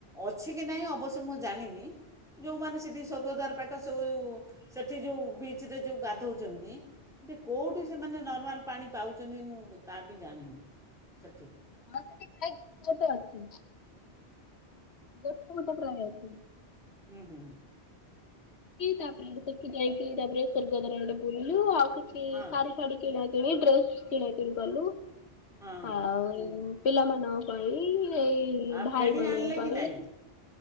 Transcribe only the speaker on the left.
ହଁ ସେଠି ଖ ଗୋେ ଗୋଟେ ଅଛି। ଗୋଟେ ଗୋଟେ ପ୍ରାୟେ ଥିଲା
ତାପରେ ସେଠି ଯାଇକି ତାପରେ ସ୍ଵର୍ଗଦ୍ଵାର ଆଡେ ବୁଲିଲୁ ଆଉ। କିଛି
ସାଡି ଫାଦି କିଣା କିଣି ଡ୍ରେସ କିଣକିଣଗଲୁ।
ଆଉ ପିଲାମାନଙ୍କ ପାଇଁ ଏଇ
ଭାଇ
ମାନଙ୍କ
ପାଇଁ।